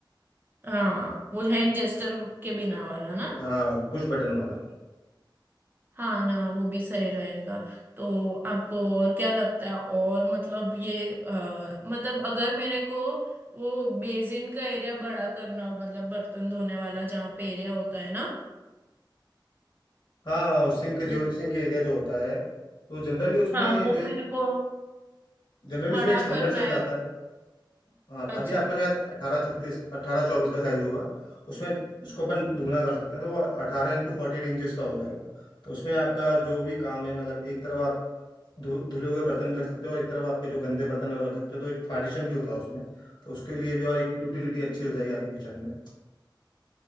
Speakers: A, on the right; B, on the left.
A: हाँ वो हैंड जेस्टर के बिना वाला ना
B: हाँ पुश बटन वाला
A: हाँ ना वो भी सही रहेगा तो आपको और क्या लगता है और मतलब ये अ, मतलब अगर मेरे को वो बेसिन का एरिया बड़ा करना हो मतलब बर्तन धोने वाला जहाँ पे एरिया होता है ना
B: हाँ सिंक
A: वो
B: जो सिंक एरिया जो होता है तो जनरली उसमें
A: हाँ वो
B: जो एक
A: मेरे को
B: जनरली
A: बड़ा
B: उसमें एक स्टैंडर्ड
A: करना
B: साइज
A: है
B: आता है हाँ
A: अच्छा
B: अभी आपका शायद अठारह छत्तीस अठारह चौबीस का साइज होगा उसमें इसको अपन दुगना कर सकते हैं तो वो अठारह इंटू फोर्टी एट इंचज का हो जाएगा तो उसमें आपका जो भी काम है मतलब एक तरफ आप धु, धुले हुए बर्तन भी रख सकते हो और एक तरफ आपके जो गंदे बर्तन है वो रख सकते हो तो एक पार्टीशन भी होता है उसमें तो उसके लिए भी और एक यूटिलिटी अच्छी हो जाएगी आपके किचन में